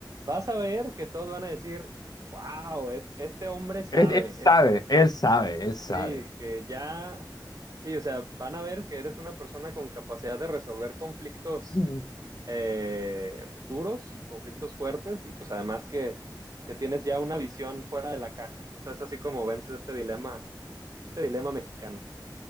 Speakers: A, on the right (about 45°); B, on the left (about 55°).
A: vas a ver que todos van a decir, wow, es, este hombre sabe,
B: Él, él sabe,
A: es,
B: él sabe, él sabe.
A: Sí, que ya, sí, o sea, van a ver que eres una persona con capacidad de resolver conflictos
B: Mm.
A: eh, duros, conflictos fuertes y pues además que, que tienes ya una visión fuera de la caja. Eso es así como vences este dilema, este dilema mexicano.